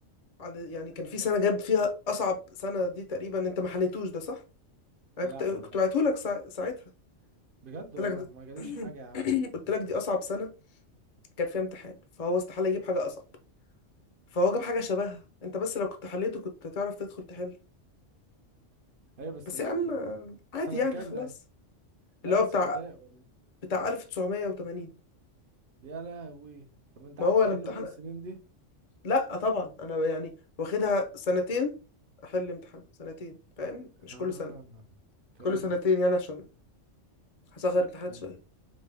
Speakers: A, on the left (about 40°); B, on the right (about 50°).
A: عن يعني كان في سنه جاب فيها اصعب سنه دي تقريبا انت ما حليتوش ده صح
B: لا
A: انا كنت كنت
B: والله
A: بعته لك سا... ساعتها
B: بجد
A: قلت
B: والله
A: لك ده-
B: ما جاليش
A: <clears throat>
B: حاجة يا عم
A: <coughs> قلت لك دي اصعب سنه كان فيها امتحان فهو استحاله يجيب حاجه اصعب فهو جاب حاجه شبهها انت بس لو كنت حليته كنت تعرف تدخل تحل
B: ايوه بس
A: بس
B: ال...
A: يا عم آه، عادي
B: سنة
A: يعني
B: كام
A: خلاص
B: ده
A: اللي
B: لا بس
A: هو بتاع
B: متضايق والله
A: بتاع 1980
B: يا لهوي طب انت
A: ما
B: قعدت
A: هو
B: تحل
A: انا امتحن
B: كل السنين دي
A: لا طبعا انا يعني واخدها سنتين احل امتحان سنتين فاهم مش
B: اه
A: كل سنه
B: فهمت
A: كل سنتين يعني عشان هصغر امتحانات
B: آه،
A: شويه